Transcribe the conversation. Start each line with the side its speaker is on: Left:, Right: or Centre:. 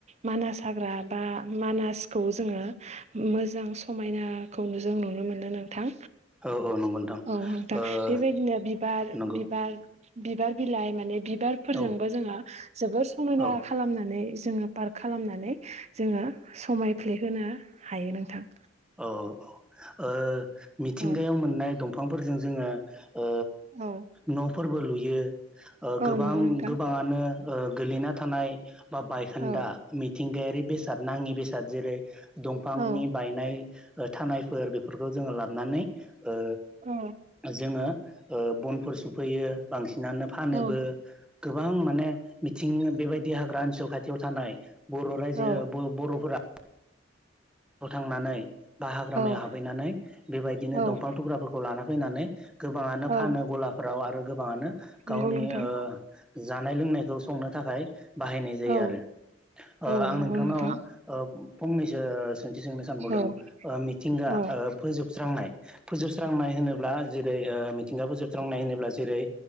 Right: मानास हाग्रा बा मानासखौ जोङो मोजां समायना खौनो जों नुनो मोनदों नों थां
Centre: औ औ नंगौ नोंथां
Right: औ नोंथा
Centre: ओ
Right: बेबायदिनो बिबार
Centre: नंगौ
Right: बिबार बिबार बिलाइ माने बिबारफोरजोंबो
Centre: औ
Right: जोङो जोबोर समायना
Centre: औ
Right: खालामनानै जोङो पार्क खालामनानै जोङो समायफ्लेहोनो हायो नोंथां
Centre: औ औ ओ मिथिंगायाव
Right: औ
Centre: मोननाय दंफांफोरजों जोङो ओ
Right: औ
Centre: न'फोरबो लुयो ओ
Right: औ
Centre: गोबां
Right: नंगौ नोंथां
Centre: गोबाङानो ओ गोलैना थानाय बा बायखोन्दा
Right: औ
Centre: मिथिंगायारि बेसाद नाङि बेसाद जेरै दंफांनि
Right: औ
Centre: बायनाय ओथानायफोर बेफोरखौ जोङो लाबनानै ओ
Right: औ
Centre: जोङो ओ बनफोर सफैयो बांसिन नानै फानोबो
Right: औ
Centre: गोबां माने मिथिं बेबायदि हाग्रा ओनसोल खाथियाव थानाय बर' रायजो
Right: औ
Centre: बो बर'फोरा बोथांनानै बा हाग्रामाया
Right: औ
Centre: हाबफैनानै बेबायदिनो
Right: औ
Centre: दंफां थुग्राफोरखौ लाना फैनानै गोबाङानो
Right: औ
Centre: फानो गलाफ्राव आरो गोबाङानो
Right: नंगौ
Centre: गावनि
Right: नोंथां
Centre: ओ जानाय लोंनाय खौ संनो थाखाय बाहायनाय जायो
Right: औ
Centre: आरो ओ
Right: औ
Centre: आं
Right: नंगौ
Centre: नोंथांनाव
Right: नोंथां
Centre: ओ फंनैसो सोंथि सोंनो सानबावदों
Right: औ
Centre: मिथिंगा
Right: औ
Centre: ओ फोजोबस्रांनाय फोजोबस्रांनाय होनोब्ला जेरै ओ मिथिंगा फोजोबस्रांनाय होनोब्ला जेरै